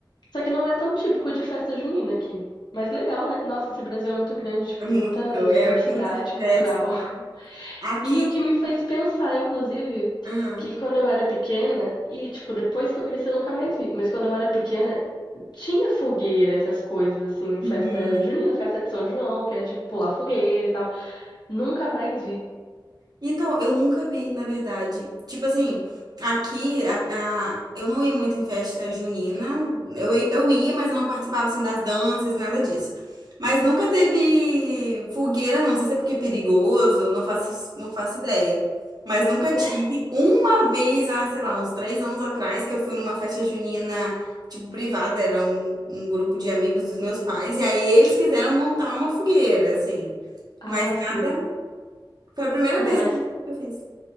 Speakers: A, on the left; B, on the right.
A: Só que não é tão típico de festa junina aqui. Mas legal, né? Nossa, esse Brasil é muito grande, tipo,
B: É muito,
A: tem muita diversidade
B: é muito diverso.
A: cultural. <laughs>
B: Aqui.
A: E o que me fez pensar, inclusive,
B: ah,
A: que quando eu era pequena, e, tipo, depois que eu cresci eu nunca mais vi, mas quando eu era pequena, tinha fogueira, essas coisas, assim, festa
B: uhum.
A: junina, festa de São João, que é de pular fogueira e tal. Nunca mais vi.
B: Então, eu nunca vi, na verdade. Tipo assim, aqui a- na- eu não ia muito em festa junina. Eu, i- eu ia, mas eu não participava assim das danças, nada disso. Mas nunca teve fogueira, não. Não sei se é porque é perigoso, não faço, não faço ideia. Mas nunca
A: <laughs>
B: tive. Uma vez, há, sei lá, uns três anos atrás, que eu fui numa festa junina, tipo, privada, era um, um grupo de amigos dos meus pais, e aí eles quiseram montar uma fogueira, assim.
A: Ah,
B: Mas
A: sim.
B: nada. Foi a primeira
A: Não,
B: vez
A: mas
B: que eu que eu fiz.